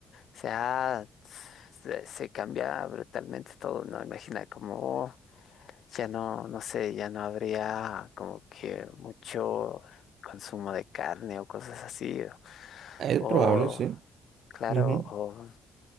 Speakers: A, on the left; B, on the right.
A: O sea, se, se cambia brutalmente todo, ¿no? Imagina como... Ya no, no sé, ya no habría como que mucho consumo de carne o cosas así.
B: Es
A: O,
B: probable, sí.
A: claro,
B: Ujú.
A: o,